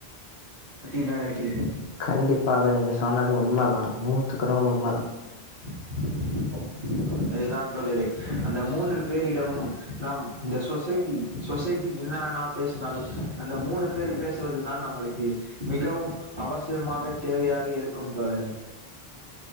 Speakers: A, on the right (about 60°); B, on the left (about 75°).
A: என்ன நெனைக்கிறீங்க
B: கண்டிப்பாக நீங்க சொன்னது உண்மதா நூத்துக்கு நூறு உண்மதா
A: ப்போ அதுதான் தோழரே அந்த மூன்று பேரிடமும் நாம் இந்த சொசைட்டி சொசைட்டி என்னா பேசுனாலு அந்த மூணு பேர் பேசுவதுதான் நம்மளுக்கு மிகவும் அவசியமா ன தேவையாக இருக்கும் தோழரே